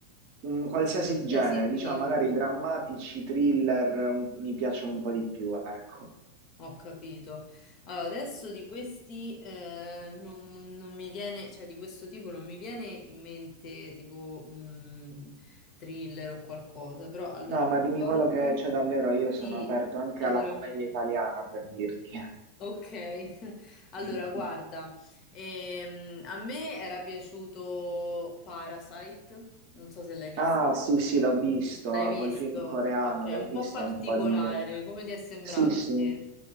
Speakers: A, on the right; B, on the left.
A: mh, qualsiasi
B: Qualsiasi
A: genere, diciamo
B: film.
A: magari drammatici, thriller, un- mi piacciono un po' di più, ecco.
B: Ho capito. Allora, adesso di questi eh, non, non mi viene, cioè di questo tipo non mi viene in mente tipo mh, thriller o qualcosa, però allora
A: No,
B: mi
A: ma dimmi
B: ricordo...
A: quello che c'è davvero, io sono
B: Sì,
A: aperto anche
B: allora
A: alla commedia
B: mi,
A: italiana, per dirti.
B: Ok, <laughs> allora
A: <laughs>
B: guarda, ehm, a me era piaciuto Parasite, non so se l'hai visto.
A: Ah, sì, sì, l'ho visto,
B: L'hai visto?
A: quel film coreano,
B: Ok,
A: l'ho
B: un
A: visto
B: po' particolare,
A: un po' di anni fa.
B: come ti è sembrato
A: Sì, sì.
B: a te?